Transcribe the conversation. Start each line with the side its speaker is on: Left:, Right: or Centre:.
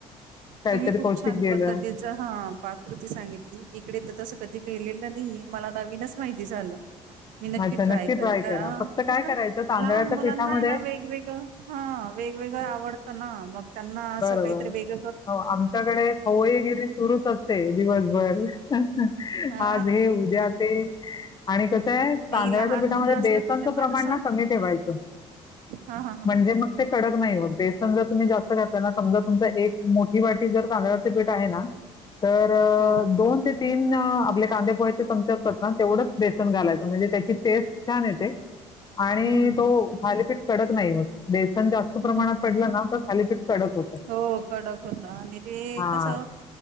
Left: काहीतरी
Right: तुम्ही खूप
Left: पौष्टिक
Right: छान
Left: गेलं.
Right: पद्धतीच हा पाकृती सांगितली इकडे तर तस कधी गेलेलं मला नवीनच माहिती झालं मी नक्की
Left: अच्छा
Right: ट्राय करल
Left: करा. फक्त काय
Right: कस
Left: करायचं तांदळाच्या
Right: लहान मुलांना
Left: पिठामध्ये
Right: आहे ना वेगवेगळं हा वेगवेगळं आवडत ना मग त्यांना असं
Left: बरोबर.
Right: काहीतरी वेग
Left: हो आमच्याकडे खवईगिरी सुरूच असते दिवसभर आज
Right: हा
Left: हे उद्या ते आणि कस
Right: नाही
Left: तांदळा्याच्या
Right: लहान
Left: पीठामध्ये
Right: मुलं असलं
Left: बेसनचं
Right: की त्यांना
Left: प्रमाण
Right: कसं
Left: ना कमी ठेवायचं
Right: हा हा हा
Left: म्हणजे मग ते कडक नाही होत बेसन जर तुम्ही जास्त घातलं ना समजा तुमचा एक मोठी वाटी जर तांदळाचे पीठ आहे ना तर
Right: हो
Left: दोन ते तीन आपल्या कांद पोयचे तमच्यात ना तेवढंच बेसन घालायचं म्हणजे त्याची टेस्ट छान येते आणि
Right: हम्म हम्म
Left: तो खालीपीठ पडत नाही होेस जास्त प्रमाणात
Right: हम्म हम्म
Left: पडला ना तर खालीिफेक्ट चडतो
Right: हो कडक होता आणि ते
Left: हां,
Right: कस